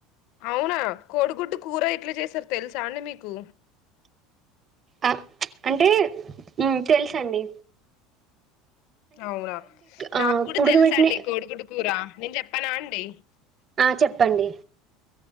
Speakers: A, on the left (about 55°); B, on the right (about 20°).
A: అవునా కోడిగుడ్డు కూర ఎట్లా చేస్తరు తెలుసా అండి మీకు
B: ఆ అంటే ఉ తెల్సండీ
A: అవునా
B: ఆ
A: నాకు కూడా
B: ఉడకబెట్టిన
A: తెల్సండీ కోడిగుడ్డు కూర నేను చెప్పానా అండి
B: ఆ చెప్పండి